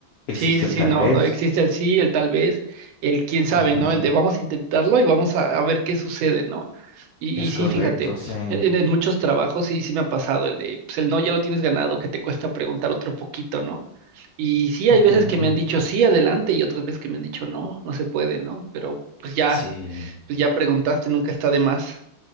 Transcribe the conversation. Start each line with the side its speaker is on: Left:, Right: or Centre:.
Left: existe
Right: Sí, sí,
Left: el
Right: sí,
Left: tal
Right: no,
Left: vez.
Right: no existe el sí, el tal vez, el quién sabe,
Left: Ujú,
Right: ¿no? El de vamos a intentarlo y vamos a, a ver qué sucede, ¿no? Y,
Left: Es
Right: y sí,
Left: correcto,
Right: fíjate,
Left: sí.
Right: e-, en, en muchos trabajos sí, sí me ha pasado el de, pues el no ya lo tienes ganado, que te cuesta preguntar otro poquito, ¿no? Y sí, hay
Left: <laughs>
Right: veces que me han dicho sí, adelante, y otras veces que me han dicho no, no se puede, ¿no? Pero pues ya,
Left: Sí.
Right: pues ya preguntaste, nunca está de más.